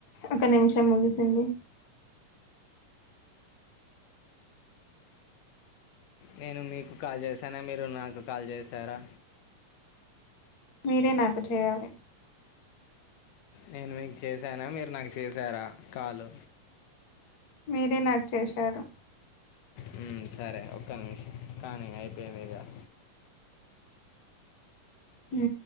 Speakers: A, on the left; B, on the left.
A: ఒక నిమిషం ముగిసింది
B: నేను మీకు కాల్ చేశానా మీరు నాకు కాల్ చేశారా
A: మీరే నాకు చేయాలి
B: నేను మీకు చేసానా మీరు నాకు చేసారా కాల్
A: మీరే నాకు చేశారు
B: హు సరే ఒక్క నిమిషం కానీ అయిపోయింది ఇక
A: హు